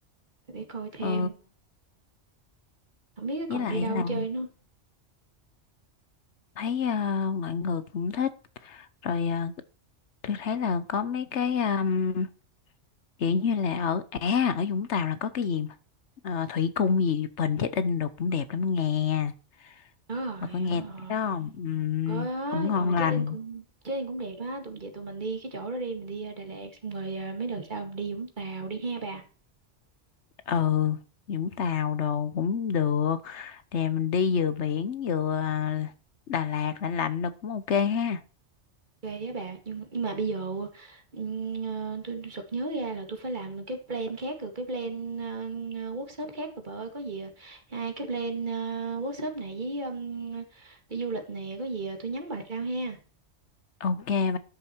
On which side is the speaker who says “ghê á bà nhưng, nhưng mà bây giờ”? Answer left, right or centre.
Right